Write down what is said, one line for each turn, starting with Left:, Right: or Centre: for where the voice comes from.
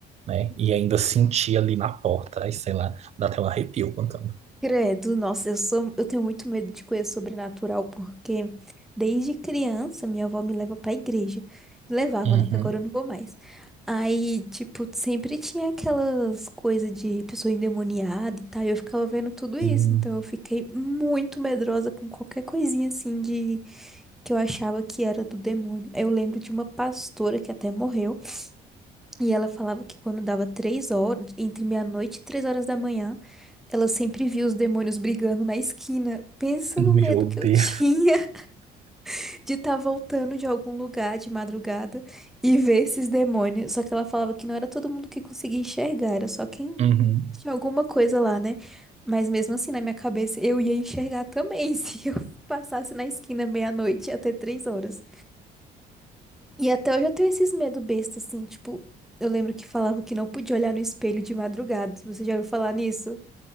Right: né, e ainda sentia ali na porta, aí sei lá, dá até um arrepio contando.
Centre: Credo, nossa, eu sou, eu tenho muito medo de coisa sobrenatural, porque desde criança minha avó me leva pra igreja. Me levava,
Right: Uhum.
Centre: né? Que agora eu não vou mais. Aí, tipo, sempre tinha aquelas coisas de pessoa endemoniada e tal, e eu ficava vendo tudo isso.
Right: Sim.
Centre: Então eu fiquei muito medrosa com qualquer coisinha assim de que eu achava que era do demônio. Eu lembro de uma pastora que até morreu. E ela falava que quando dava três horas, entre meia-noite e três horas da manhã, ela sempre via os demônios brigando na esquina. Pensa
Right: Meu
Centre: no medo que
Right: Deus.
Centre: eu tinha <laughs> de estar voltando de algum lugar de madrugada e ver esses demônios. Só que ela falava que não era todo mundo que conseguia enxergar, era só quem
Right: Uhum.
Centre: tinha alguma coisa lá, né? Mas mesmo assim, na minha cabeça, eu ia enxergar também <laughs> se eu passasse na esquina meia-noite até três horas. E até hoje eu tenho esses medo besta, assim, tipo, eu lembro que falava que não podia olhar no espelho de madrugada. Você já ouviu falar nisso?